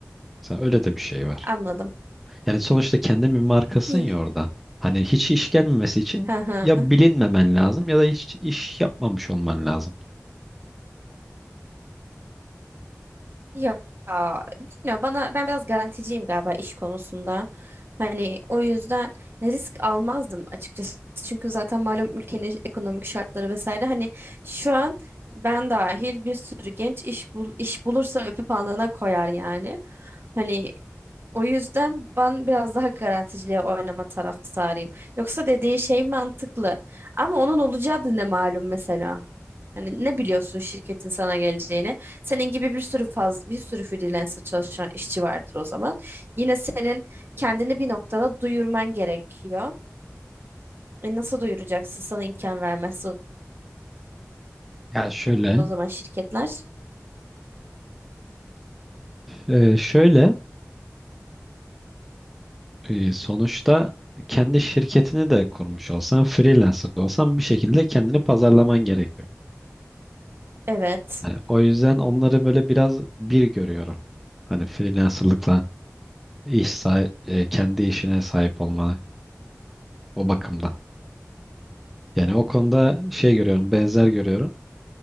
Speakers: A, in the centre; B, on the right.
A: Mesela öyle de bir şey var.
B: anladım.
A: Yani sonuçta kendin bir markasın
B: İyi.
A: ya orada. Hani hiç iş gelmemesi için
B: Hı hı.
A: ya bilinmemen lazım ya da hiç iş yapmamış olman lazım.
B: Ya bilmiyorum bana ben biraz garanticiyim galiba iş konusunda. Hani o yüzden risk almazdım açıkçası. Çünkü zaten malum ülkenin ekonomik şartları vesaire hani şu an ben dahil bir sürü genç iş bul iş bulursa öpüp alnına koyar yani. Hani O yüzden ben biraz daha garanticiliğe oynama taraftarıyım. Yoksa dediği şey mantıklı. Ama onun olacağı da ne malum mesela. Yani ne biliyorsun şirketin sana geleceğini? Senin gibi bir sürü faz, bir sürü freelancer çalışan işçi vardır o zaman. Yine senin kendini bir noktada duyurman gerekiyor. E nasıl duyuracaksın? Sana imkan vermezse o
A: Ya şöyle
B: o zaman şirketler.
A: Ee, şöyle e, sonuçta kendi şirketini de kurmuş olsan, freelancer da olsan bir şekilde kendini pazarlaman gerekiyor.
B: Evet.
A: Hani o yüzden onları böyle biraz bir görüyorum. Hani freelancerlıkla iş sahi- e, kendi işine sahip olmayı o bakımdan. Yani o konuda şey görüyorum, benzer görüyorum.